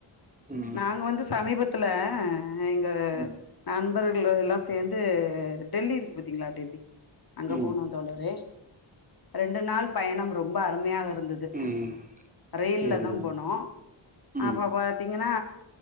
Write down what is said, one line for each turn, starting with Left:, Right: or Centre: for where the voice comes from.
Right: ம்
Left: நாங்க வந்து சமீபத்துல அ எங்க
Right: ம்
Left: ஹேன் நண்பர்கள் எல்லா சேந்து டெல்லி இருக்கு பாத்தீங்களா டெல்லி அங்க
Right: ம்
Left: போனு தோளரே ரெண்டு நாள் பயணோ ரொம்ப அருமையாக இருந் ருந்தது
Right: ம்
Left: ரயில்ல
Right: சேரி
Left: தா
Right: தோழி
Left: போனோ
Right: ம்
Left: அப்ப பாத்திங்க் தீங்கன்னா